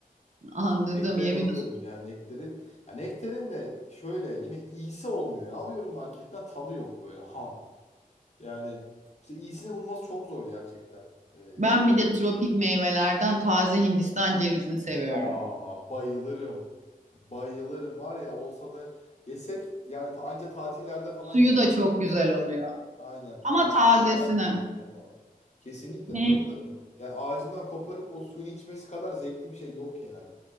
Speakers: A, on the right; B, on the left.
A: anladım
B: <laughs> Nektarin
A: yemin
B: alıyorum
A: olsun.
B: yani nektarin. Ya nektarin de şöyle yine iyisi olmuyor. ya. Alıyorum marketten tadı yok böyle ham. Yani işte iyisini bulması çok zor gerçekten. Ee,
A: Ben bir de tropik meyvelerden taze Hindistan cevizini seviyorum.
B: Aa bayılırım. Bayılırım var ya olsa da yesek yani ta, anca tatillerde falan
A: Suyu
B: yemişti.
A: da çok güzel oluyor.
B: Aynen
A: Ama
B: uzak
A: tazesini.
B: tatillerinde falan. Kesinlikle
A: Hı.
B: bayılırım. Yani ağacından koparıp o suyunu içmesi kadar zevkli bir şey yok yani.